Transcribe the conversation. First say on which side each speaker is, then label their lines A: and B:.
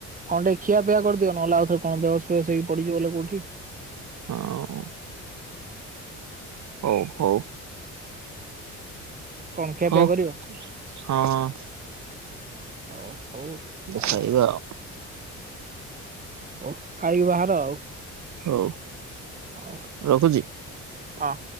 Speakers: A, on the right; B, on the right.
A: କଣ୍ ଟିକେ ଖିଆପିଆ କରିଦିଅ ନହେଲେ ଆଉଥରେ କଣ୍ ବେହୋସ୍ ଫେହୋସ୍ ହେଇକି ପଡିଯିବ ହେଲେ କଉଠି।
B: ହଁ- ଉଁ। ହଉ- ହଉ।
A: କଣ ଖିଆ
B: ହଉ
A: ପିଆ କରିବ?
B: ହଁ
A: ହଉ ହଉ ତାହେଲେ
B: ଖାଇବା ଆଉ।
A: ହଉ ଖାଇକି ବାହାର ଆଉ।
B: ହଉ
A: ହଁ
B: ରଖୁଚି?
A: ହଁ।